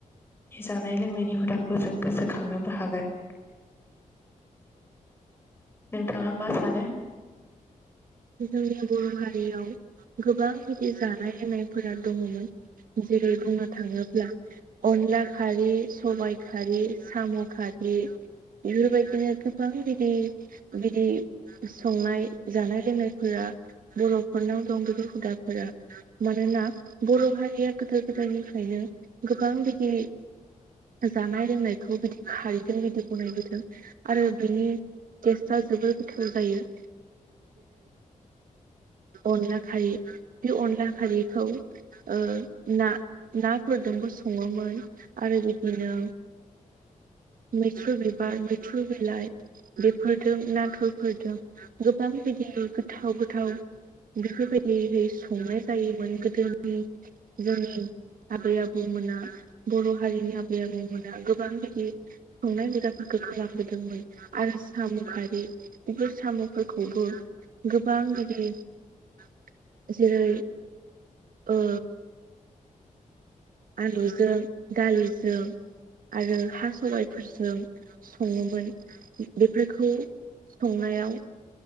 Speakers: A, on the left (about 15°); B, on the right (about 85°).
A: बे जानाय लोंनायनि हुदाखौ जों गोसोखांनोबो हागोन। नोंथाङा मा सानो
B: जोंनि बर' हारियाव गोबां बिदि जानाय लोंनायफोरा दङमोन। जेरै बुंनो थाङोब्ला अनला खारै, सबायाइ खारै, साम' खारै बेफोरबायदिनो गोबां बिदि बिदि संनाय जानाय फोरा बर'फोरनाव दं बेफोर हुदाफोरा मानोना बर' हारिया गोदो गोदायनिफ्रायनो गोबां बिदि जानाय लोंनायखौ बिदि खारैदों बिदि <unintelligible> आरो बिनि टेस्टआ जोबोर गोथाव जायो अनला खारि बे अनला खारिखौ ओ ना नाफोरजोंबो सङोमोन आरो बिदिनो मैथु् बिबार मैथुर बिलाइ बेफोरजों नाथुरफोरजों गोबां बि गोथाव गोथाव बेफोरबायदिै संनाय जायोमोन गोदोनि जोंनि आबै आबौमोना बर' हारिनि आबै आबौमोन। गोबां बिदि संनाय हुदाफोरखौ खालामबोदोंमोन आरो सामु खारि बेफोर साम'फोरखौबो गोबां गिदिर जेरै ओ आलुजों दालिजों आरो हा सबाइफोरजों सङोमोन बेफोरखौ संनायाव